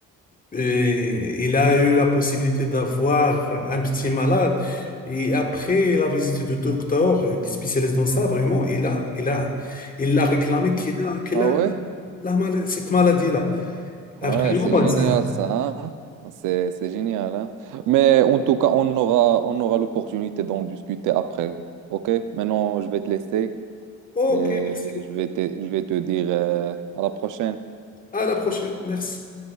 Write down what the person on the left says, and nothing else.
et il a eu la possibilité d'avoir un petit malade et après la visite du docteur euh, qui spécialise dans ça vraiment il a il a il l'a réclamé
qu'il a qu'il
a
la mal- cette maladie-là.
Ah, vraiment
ça.
OK,
merci beaucoup.
À la prochaine. Merci.